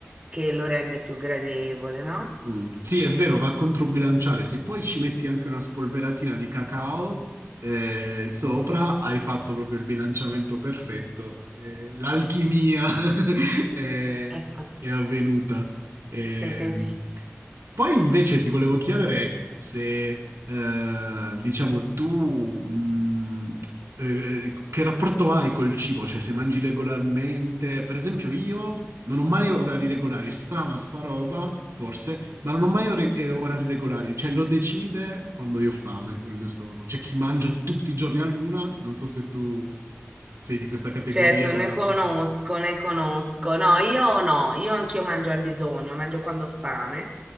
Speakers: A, on the right; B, on the right.
A: che lo rende più gradevole, no?
B: Mm. Sì, è vero, va a controbilanciare. Se poi ci metti anche una spolveratina di cacao eh, sopra, hai fatto proprio il bilanciamento perfetto. Eh, l'alchimia <laughs> è,
A: Ah, ah.
B: è avvenuta. Ehm,
A: <laughs>
B: Poi invece ti volevo chiedere se, eh, diciamo, tu mm, eh, eh, che rapporto hai col cibo? Cioè, se mangi regolarmente, per esempio io... Non ho mai orari regolari, è strana sta roba, forse, ma non ho mai ore- eh, orari regolari, cioè lo decide quando io ho fame, quello è il mio stomaco. C'è chi mangia tutti i giorni a luna, non so se tu eh, sei di questa categoria
A: Certo,
B: o
A: ne
B: altro.
A: conosco, ne conosco. No, io no, io anch'io mangio al bisogno, mangio quando ho fame,